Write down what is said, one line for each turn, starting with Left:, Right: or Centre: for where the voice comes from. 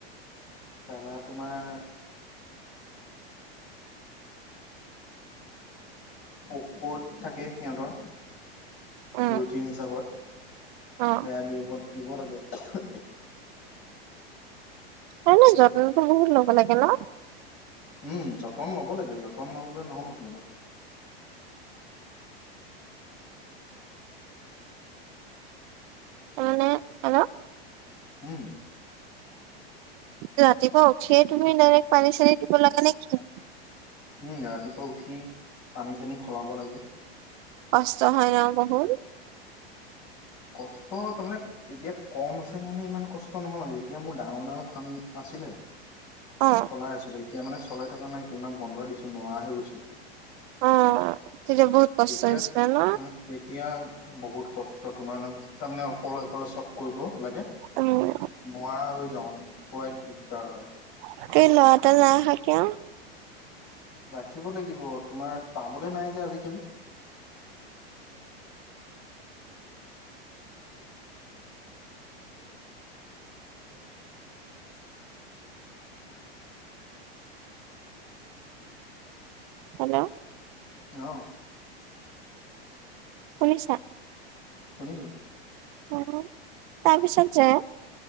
Left: তাৰপৰা তোমাৰ ঔষধ থাকে সিহঁতৰ।
Right: উম
Left: ৰুটিন হিচাপত সেয়া
Right: অ
Left: দিয়েব দিব লাগে। অ'।
Right: এনে যত্নতো বহুত ল'ব লাগে ন?
Left: উম, যতন ল'ব লাগে। যতন নললে নহ'ব সিহঁতক।
Right: মানে হেল্ল'?
Left: উম।
Right: ৰাতিপুৱা উঠিয়ে তুমি ডাইৰেক পানী-চানী দিব লাগে নে কি?
Left: উম, ৰাতিপুৱা উঠি পানী চানী সলাব লাগে।
Right: কষ্ট হয় ন বহুত?
Left: কষ্ট তাৰমানে এতিয়া কম আছে কাৰণে ইমান কষ্ট নহয়, যেতিয়া মোৰ ডাঙৰ ডাঙৰ ফাৰ্ম আছিলে
Right: অ'।
Left: চলাই আছো এতিয়া মানে চল থকা নাই কিমান বন্ধ দিছো নোৱাৰা হৈ গৈছো।
Right: অ', তেতিয়া বহুত কষ্ট
Left: তেতিয়া
Right: হৈছিলে ন?
Left: আহ তেতিয়া বহুত কষ্ট তোমাৰ তাৰমানে অকলে অকলে চব কৰিব লাগে।
Right: উম
Left: নোৱাৰা হৈ যাওঁ <unintelligible> দিগদাৰ হয়।
Right: তাকে ল'ৰা এটা নাইৰখা কিয়?
Left: ৰাখিব লাগিব। তোমাৰ পাবলৈ নাই যে আজিকালি।
Right: হেল্ল'?
Left: অহ
Right: শুনিছা?
Left: শুনিছো।
Right: অ', তাৰপিছত যে